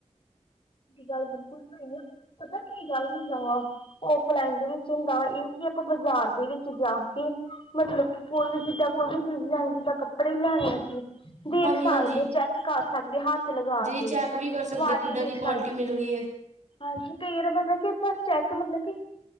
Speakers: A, on the left (about 45°); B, on the right (about 80°).
A: ਗੱਲ ਬਿਲਕੁਲ ਸਹੀ ਆ ਪਤਾ ਕੀ ਗੱਲ ਹੁੰਦਾ ਵਾ। ਔਫਲਾਈਨ ਦੇ ਵਿੱਚ ਹੁੰਦਾ ਵਾ, ਕਿਉਂਕਿ ਆਪਾਂ ਬਾਜ਼ਾਰ ਦੇ ਵਿੱਚ ਜਾ ਕੇ। ਮਤਲਬ ਕਿ ਕੋਈ ਵੀ ਜਿੱਦਾਂ ਕੋਈ ਵੀ ਚੀਜ਼ ਲੈਣੀ, ਜਿੱਦਾਂ ਕੱਪੜੇ ਵੀ ਲੈਣੇ ਅਸੀਂ। ਦੇਖ
B: ਹਾਂਜੀ-ਹਾਂਜੀ,
A: ਸਕਦੇ ਚੈੱਕ ਕਰ ਸਕਦੇ, ਹੱਥ ਲਗਾ
B: ਜੀ
A: ਕੇ
B: ਚੈੱਕ ਵੀ ਕਰ ਸਕਦੇ
A: ਕੁਆਲਿਟੀ
B: ਕਿੱਦਾਂ
A: ਦੇਖ
B: ਦੀ
A: ਸਕਦੇ।
B: ਕੁਆਲਿਟੀ ਮਿਲ ਰਹੀ ਹੈ।
A: ਹਾਂਜੀ, ਕਈ ਵਾਰੀ ਪਤਾ ਕਿ ਮਤਲਬ ਕਿ, ਆਪਾਂ ਚੈੱਕ ਮਤਲਬ ਕੀ।